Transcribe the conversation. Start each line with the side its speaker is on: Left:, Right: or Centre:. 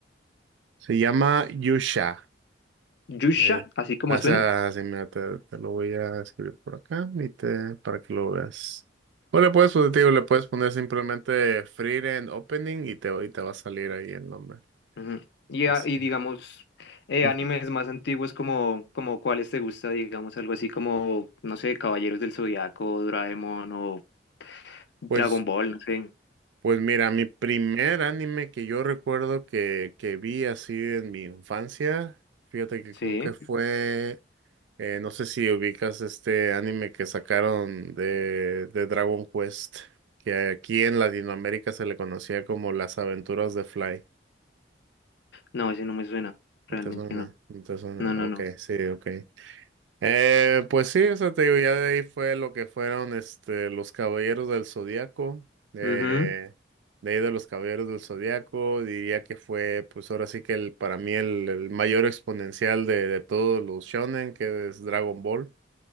Right: se llama Yusha.
Left: Yusha,
Right: Eh,
Left: así como
Right: o
Left: suena.
Right: sea, así, mira, te, te lo voy a escribir por acá y te, para que lo veas. O le puedes, pues, te digo, le puedes poner simplemente Friend Opening y te, y te va a salir ahí el nombre.
Left: Ujú. Y,
Right: Así.
Left: a- y digamos, eh,
Right: Ujú.
Left: animes más antiguos como, como cuáles te gusta, digamos, algo así como, no sé, Caballeros del Zodiaco, Doraemon o Dragon
Right: Pues.
Left: Ball, no sé.
Right: Pues mira, mi primer anime que yo recuerdo que, que vi así en mi infancia, fíjate que
Left: Sí,
Right: creo que fue, eh, no sé si ubicas este anime que sacaron de, de Dragon Quest, que aquí en Latinoamérica se le conocía como Las Aventuras de Fly.
Left: no, ese no me suena, realmente
Right: ¿No te suena?
Left: no.
Right: ¿No te suena?
Left: No, no,
Right: Ok,
Left: no.
Right: sí, ok. Eh, pues sí, o sea, te digo, ya de ahí fue lo que fueron este, los Caballeros del Zodiaco, eh,
Left: Ujú.
Right: de ahí de los Caballeros del Zodiaco, diría que fue, pues ahora sí que el, para mí el, el mayor exponencial de, de todos los shonen, que es Dragon Ball.